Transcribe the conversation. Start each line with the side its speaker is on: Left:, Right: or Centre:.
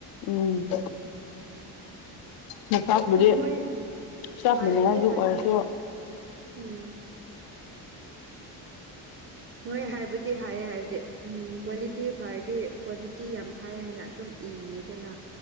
Left: ꯎꯝ ꯃꯣꯝꯄꯥꯛꯄꯨꯗꯤ
Right: ꯍꯣꯏ ꯃꯣꯏ
Left: ꯆꯞ
Right: ꯍꯥꯏꯕꯨꯗꯤ
Left: ꯃꯥꯟꯅꯩ ꯑꯗꯨ
Right: ꯍꯥꯏꯌꯦꯗ
Left: ꯑꯣꯏꯔꯁꯨ
Right: ꯎꯝ ꯃꯣꯏ ꯍꯥꯏꯕꯨꯗꯤ ꯍꯥꯏꯌꯦ ꯍꯥꯏꯕꯗꯤ ꯎꯝ ꯀ꯭ꯋꯥꯂꯤꯇꯤ ꯐꯔꯗꯤ ꯀ꯭ꯋꯥꯂꯤꯇꯤ ꯌꯥꯝ ꯐꯥꯏ ꯍꯥꯏꯅ ꯑꯗꯨꯝ ꯏꯌꯦꯗꯅ